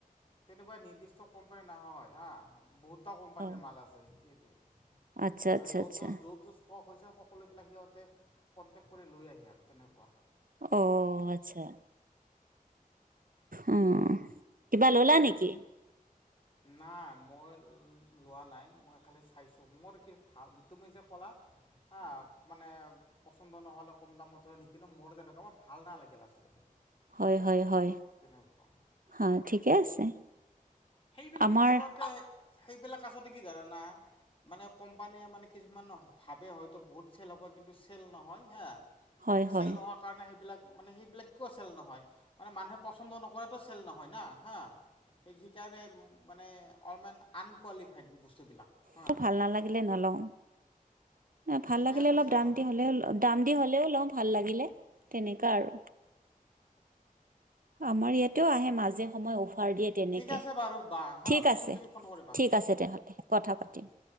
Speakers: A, on the left; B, on the right.
A: তেনেকুৱা নিৰ্দিষ্ট কোম্পানী নহয় হা বহুত কোম্পানীৰ
B: অ
A: মাল আছে কি মানে
B: আচ্ছা আচ্ছা
A: যদ
B: আচ্ছা
A: যদ যদ যদ ষ্টক হৈছে। সকলোবলাক সিহতে কণ্টেক কৰি লৈ আহে আৰু তেনেকুৱা।
B: অঁহ, আচ্ছা উম। কিবা ল'লা নেকি
A: নাই, মই লোৱা নাই মই খালি চাইছো মোৰ কি ভাল তুমি যে কলা হা মানে পচন্দ নহলে কম দামত নিকিনো কিন্তু মোৰ তেনেকুৱা মোৰ ভাল নালাগে লাগিল আচলতে
B: হয় -হয়
A: উম,
B: -হয়
A: তেনেকুৱা
B: -হয় ঠিকে আছে।
A: সেইবিলাক
B: আমাৰ
A: আচলতে সেইবিলাক আচলতে কি জানানা। মানে কোম্পানীয়ে মানে কিছুমান ভাবে হয়তো বহুত চেল হ'ব কিন্তু চেল নহয় হা।
B: হয় হয়
A: চেল নোহোৱাৰ কাৰণে সেইবিলাক মানে সেইবিলাক কওঁ চেল নহয় মানে মানুহে পচন্দ নকৰেতো চেল নহয় না হা সেই ইয়াৰ সেই মানে অৰ্মেন আনকুৱালিফাইড বস্তুবিলাক। হা
B: তো ভাল নালাগিলে নলওঁ। ন ভাল
A: সেইকাৰণেতো
B: লাগিলে অলপ
A: চেল
B: দাম
A: নহয়।
B: দি হ'লে দাম দি হ'লেও লওঁ ভাল লাগিলে তেনেকুৱা আৰু আমাৰ ইয়াতেও আহে মাজে সময়ে অফাৰ দিয়ে তেনেকে।
A: ঠিক আছে বাৰু বা হা
B: ঠিক আছে
A: পিছত তুমি
B: -ঠিক
A: ফোন কৰিবা।
B: আছে তেনেহ'লে কথা পাতিম।
A: অ'কে।